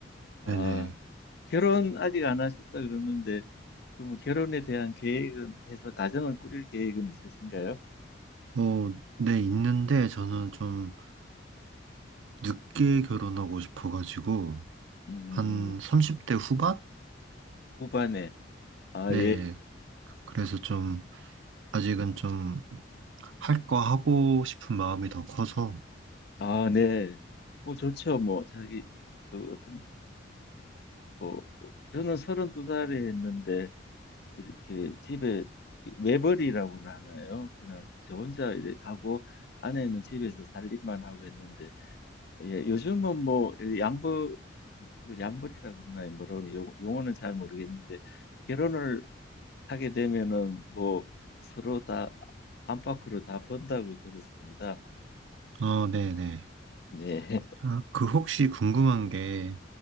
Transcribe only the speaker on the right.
네네.
어, 네, 있는데 저는 좀 늦게 결혼하고 싶어가지고,
한 30대 후반?
네,
그래서 좀, 아직은 좀 할 거 하고 싶은 마음이 더 커서,
어, 네네.
아, 그 혹시 궁금한 게,